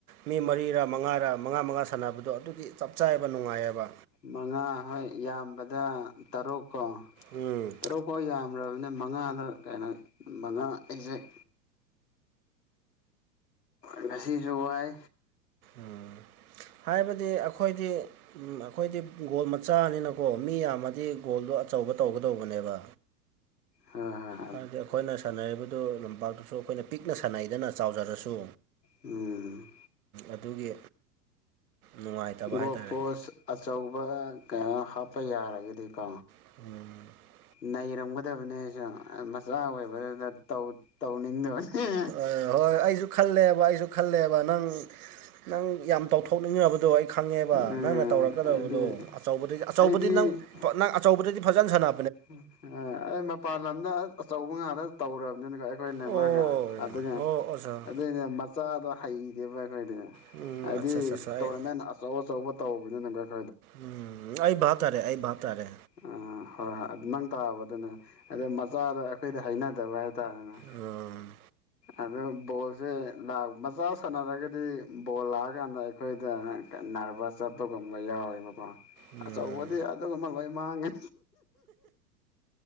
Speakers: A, on the right (about 60°); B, on the left (about 75°).
A: ꯃꯤ ꯃꯔꯤꯔ ꯃꯉꯥꯔ ꯃꯉꯥ ꯃꯉꯥ ꯁꯥꯟꯅꯕꯗꯣ ꯑꯗꯨꯒꯤ ꯆꯞ ꯆꯥꯕ ꯅꯨꯡꯉꯥꯏꯌꯦꯕ
B: ꯃꯉꯥ ꯍꯣꯏ ꯌꯥꯝꯕꯗ ꯇꯔꯨꯛ ꯀꯣ
A: ꯎꯝ
B: ꯇꯔꯨꯛ ꯐꯥꯎ ꯌꯥꯝ꯭ꯔꯕꯅꯦ ꯃꯉꯥꯗ ꯀꯩꯅꯣ ꯃꯉꯥ ꯑꯦꯛꯖꯦꯛ ꯉꯁꯤꯁꯨ ꯋꯥꯏ
A: ꯎꯝ ꯍꯥꯏꯕꯗꯤ ꯑꯩꯈꯣꯏꯗꯤ ꯑꯩꯈꯣꯏꯗꯤ ꯒꯣꯜ ꯃꯆꯥꯅꯤꯅꯀꯣ ꯃꯤ ꯌꯥꯝꯃꯥ ꯗꯤ ꯒꯣꯜꯗꯣ ꯑꯆꯧꯕ ꯇꯧꯒꯗꯧꯕꯅꯦꯕ
B: ꯍꯥ ꯍꯥꯏ
A: ꯍꯥꯏꯕꯗꯤ ꯑꯩꯈꯣꯏꯅ ꯁꯥꯟꯅꯔꯤꯕꯗꯨ ꯂꯝꯄꯥꯛꯇꯁꯨ ꯑꯩꯈꯣꯏꯅ ꯄꯤꯛꯅ ꯁꯥꯟꯅꯩꯗꯅ ꯆꯥꯎꯖꯔꯁꯨ
B: ꯎꯝ
A: ꯑꯗꯨꯒꯤ ꯅꯨꯡꯉꯥꯏꯇꯕ
B: ꯒꯣꯄꯣꯁ
A: ꯍꯥꯏꯇꯥꯔꯦ
B: ꯑꯆꯧꯕ ꯀꯩꯅꯣ ꯍꯥꯞꯄ ꯌꯥꯔꯒꯗꯤꯀꯣ
A: ꯎꯝ
B: ꯅꯩꯔꯝꯒꯗꯕꯅꯦ ꯆꯥ ꯃꯆꯥ ꯑꯣꯏꯕꯗꯨꯗ ꯇꯧ ꯇꯧꯅꯤꯡꯗꯕꯅꯤ
A: ꯍꯣꯏ ꯍꯣꯏ ꯑꯩꯁꯨ ꯈꯜꯂꯦꯕ ꯑꯩꯁꯨ ꯈꯜꯂꯦꯕ ꯅꯪ ꯅꯪ ꯌꯥꯝ ꯇꯧꯊꯣꯛꯅꯤꯡꯉꯕꯗꯨ ꯑꯩ ꯈꯪꯉꯦꯕ
B: ꯎꯝ
A: ꯅꯪꯅ ꯇꯧꯔꯛꯀꯗꯕꯗꯣ
B: ꯑꯗꯨ
A: ꯑꯆꯧꯕꯗꯩꯗꯤꯞ ꯑꯆꯧꯕꯗꯤ
B: ꯑꯩꯗꯤ
A: ꯅꯪ ꯅꯪ ꯑꯆꯧꯕꯗꯗꯤ ꯐꯖꯟ ꯁꯥꯟꯅ
B: ꯎ ꯑꯥ ꯑꯩ ꯃꯄꯥꯟ ꯂꯝꯗ ꯑꯆꯧꯕ ꯉꯥꯛꯇ ꯇꯧꯔꯕꯅꯤꯅ ꯚꯥꯏ ꯑꯩꯈꯣꯏ ꯅꯦꯝꯃꯔꯒ
A: ꯑꯣ
B: ꯑꯗꯨꯅꯦ
A: ꯑꯣ ꯑꯣꯖꯥ
B: ꯑꯗꯨꯏꯅꯦ ꯃꯆꯥꯗꯣ ꯍꯩꯇꯦꯕ ꯑꯩꯈꯣꯏꯗꯤ
A: ꯎꯝ
B: ꯍꯥꯏꯗꯤ
A: ꯑꯠꯆꯥ ꯑꯠꯆꯥ ꯑꯠꯆꯥ ꯑꯩ
B: ꯇꯣꯔꯅꯃꯦꯟ ꯑꯆꯧ ꯑꯆꯧꯕ ꯇꯧꯕꯅꯤꯅ <unintelligible>
A: ꯎꯝ ꯑꯩ ꯚꯥꯞ ꯇꯥꯔꯦ ꯑꯩ ꯚꯥꯞ ꯇꯥꯔꯦ
B: ꯑ ꯍꯣꯏ ꯑꯗꯨ ꯅꯪ ꯇꯥꯕ ꯑꯗꯨꯅꯦ ꯑꯗꯣ ꯃꯆꯥꯗꯣ ꯑꯩꯈꯣꯏꯗ ꯍꯩꯅꯗꯦꯕ ꯍꯥꯏ ꯇꯔꯦꯅꯦ
A: ꯎꯝ
B: ꯑꯗꯨ ꯕꯣꯜꯁꯦ ꯂꯥꯛ ꯃꯆꯥ ꯁꯥꯟꯅꯔꯒꯗꯤ ꯕꯣꯜ ꯂꯥꯛꯑꯀꯥꯟꯗ ꯑꯩꯈꯣꯏꯗ ꯅꯥꯔꯕꯁ ꯆꯠꯄꯒꯨꯝꯕ ꯌꯥꯎꯋꯦꯕꯀꯣ
A: ꯎꯝ
B: ꯑꯆꯧꯕꯗꯤ ꯑꯗꯨꯒꯨꯝꯕ ꯂꯣꯏ ꯃꯥꯡꯉꯦ